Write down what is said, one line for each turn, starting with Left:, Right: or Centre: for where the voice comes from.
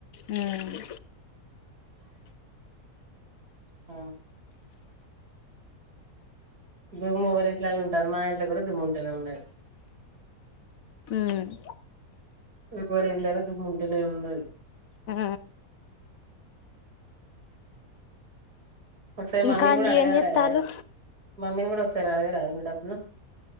Left: అవున్
Right: ఆ దూమ్ము ఎవరింట్లో అయిన ఉంటాది మా ఇంట్లో కూడా దుమ్ము ఉంటాది మళ్ళా
Left: అన్
Right: ఎవరి ఇంట్లోయినా దుమ్ముంటూనే ఉన్నది
Left: ఆ
Right: ఒకసారి మమ్మీని
Left: ఇంకా అండి
Right: కూడా అడగ
Left: ఏం చేత్తాలు
Right: రాయే మమ్మీని కూడా ఒకసారి అడగరాదే డబ్బులు